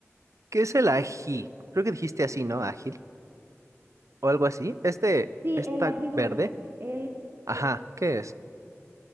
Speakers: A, on the right (about 85°); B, on the right (about 50°).
A: qué es el ají? Creo que dijiste así, ¿no? Ágil o algo así. Este,
B: Sí,
A: esta
B: el ají dulce.
A: verde.
B: El,
A: Ajá,
B: e-
A: ¿qué es?